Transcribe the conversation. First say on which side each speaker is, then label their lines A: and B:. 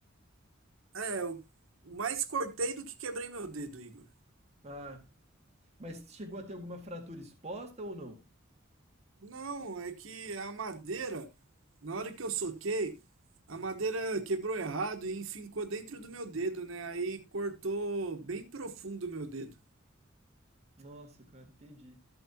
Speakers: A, on the right; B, on the right.
A: É, eu mais cortei do que quebrei meu dedo, Igor.
B: Ah, mas chegou a ter alguma fratura exposta ou não?
A: Não, é que a madeira, na hora que eu soquei, a madeira quebrou errado e enfincou dentro do meu dedo, né? Aí cortou bem profundo o meu dedo,
B: Nossa, cara, entendi.